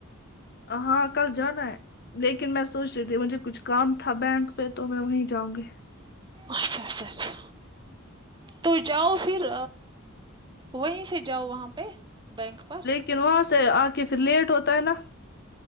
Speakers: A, on the left; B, on the right.
A: ہاں کل جانا ہے لیکن میں سوچ رہی تھی مجھے کچھ کام تھا بینک پہ تو میں وہیں جاؤں گی
B: اچھا اچھا اچھا تو جاؤ پھر وہیں سے جاؤ وہاں پہ بینک پر
A: لیکن وہاں سے آ کے پھر لیٹ ہوتا ہے نا